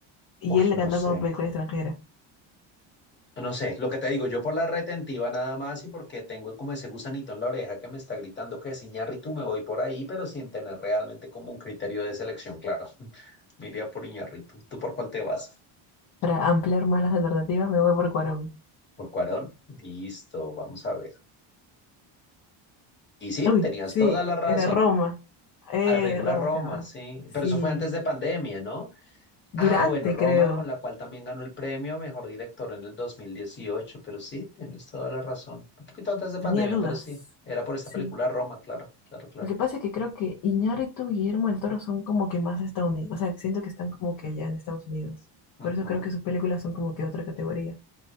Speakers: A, on the left; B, on the left.
A: Y
B: Uy,
A: él le
B: no
A: ganó
B: sé.
A: como película extranjera.
B: No sé, lo que te digo, yo por la retentiva nada más y porque tengo como ese gusanito en la oreja que me está gritando que es Iñárritu, me voy por ahí, pero sin tener realmente como un criterio de selección claro. <laughs> Me iría por Iñárritu. ¿Tú por cuál te vas?
A: Para ampliar más las alternativas, me voy por Cuarón.
B: ¿Por Cuarón? Listo, vamos a ver. Y sí,
A: Uy,
B: tenías
A: sí,
B: toda la razón.
A: era Roma. Eh,
B: A la película
A: Roma
B: Roma,
A: se llamaba.
B: sí.
A: Sí.
B: Pero eso fue antes de pandemia, ¿no?
A: Durante,
B: Ah, bueno, Roma,
A: creo.
B: con la cual también ganó el premio a Mejor Director en el 2018, pero sí, tienes toda la razón. Un poquito antes de
A: Tenía
B: pandemia,
A: dudas.
B: pero sí, era por esta
A: Sí.
B: película Roma, claro, claro, claro.
A: Lo que pasa es que creo que Iñárritu y Guillermo del Toro son como que más estadounidenses. O sea, siento que están como que allá en Estados Unidos. Por
B: Ujú,
A: eso creo que sus películas son como que otra categoría.